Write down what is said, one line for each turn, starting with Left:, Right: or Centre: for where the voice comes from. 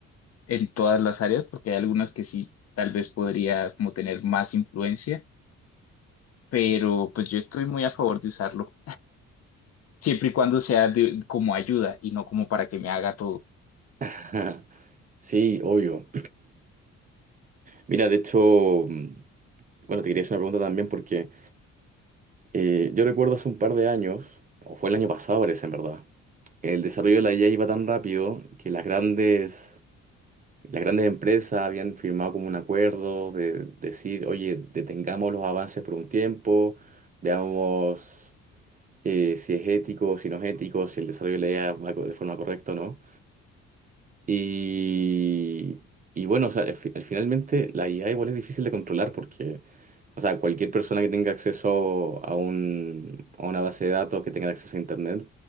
Left: en todas las áreas, porque hay algunas que sí, tal vez podría como tener más influencia, pero pues yo estoy muy a favor de usarlo. siempre y cuando sea de- como ayuda y no como para que me haga todo.
Right: <laughs> Sí, obvio. Mira, de hecho, mm, bueno, te quería hacer una pregunta también porque eh, yo recuerdo hace un par de años, o fue el año pasado parece en verdad, el desarrollo de la IA iba tan rápido que las grandes Las grandes empresas habían firmado como un acuerdo de decir, oye, detengamos los avances por un tiempo, veamos eh, si es ético, si no es ético, si el desarrollo de la IA va co- de forma correcta o no. Y, y bueno, o sea, al fi- al finalmente la IA igual es difícil de controlar porque, o sea, cualquier persona que tenga acceso a un, a una base de datos, que tenga acceso a Internet,